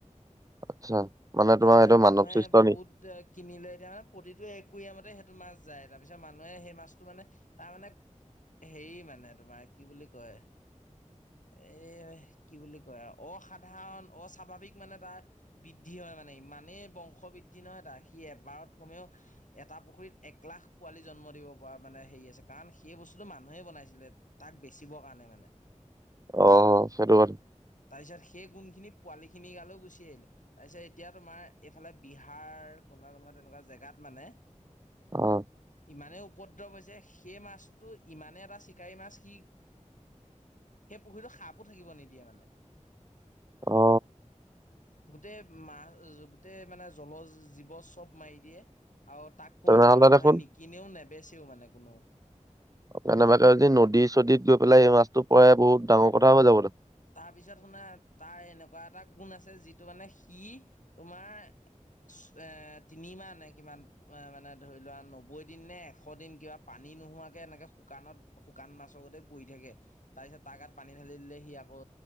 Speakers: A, on the right (about 25°); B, on the left (about 75°).
A: আচ্ছা মানে তোমাৰ
B: তাৰপিছত
A: সেইটো
B: মানুহে
A: মানৱ সৃষ্ট
B: বহুত
A: নি
B: এ কিনিলে এতিয়া মানে প্ৰতিটো এক। কুয়াম মতে সেইটো মাছ যায় তাৰ পিছত মানুহে সেই মাছটো মানে তাৰ মানে। হেৰি মানে তোমাৰ কি বুলি কয়? এ কি বুলি কয় অসাধাৰণ অস্বাভাৱিক মানে তাৰ বৃদ্ধি হয়। হয় মনে ইমানে বগশ বিদ্ধি নহয় তাৰসি এবাৰত কমেও এটা পুখুৰীত একলাখ পোৱালি। জন্ম দিব পৰা মানে হেৰি আছে কাৰণ সেই বস্তুটো মানুহে বনাইছিলে তাক বেচিবৰ কাৰণে মানে।
A: অ সেইটো কথা
B: তাৰপিছত সেই গুণখিনি। পোৱালি খিনি গালেও গুচি আহিলে তাৰপিছত এতিয়া তোমাৰ এইফালে বিহাৰ কোনোবা কোনোবা তেনেকুৱা জেগাত। মানে <inaudible>
A: অ
B: ইমানেই উপদ্ৰৱ হৈছে। সেই মাছটো ইমানে এটা চিকাৰী মাছ। কি সেই পুখুৰীটো সাপো থাকিব নিদিয়ে মানে।
A: অ।
B: গোটেই মা গোটেই মানে জল জীৱ চব মাৰি দিয়ে। আৰু তাক কোনো
A: তেনেহ'লে
B: মানুহে
A: দেখোন
B: নিকিননেও নেবেচিও মানে কোনো।
A: কেনেবাকে যদি নদী চদীত গৈ পেলাই এ মাছতটো পৰে বহুত ডাঙৰ কথা হয় যাব দেখোন।
B: তাৰপিছত শুনা তাৰ এনেকুৱা এটা গুণ আছে যিটো মানে সি তোমাৰ। এ তিনি মাহনে কিমান মানে ধৰি লোৱা নব্বৈ দিন নে এশ দিন কিবা পানী। নোহোৱা কে এনেকে শুকানত শুকান মাছৰ গতে পৰি থাকে তাৰপিছত তাত পানী ঢাল দিলে সি। আকৌ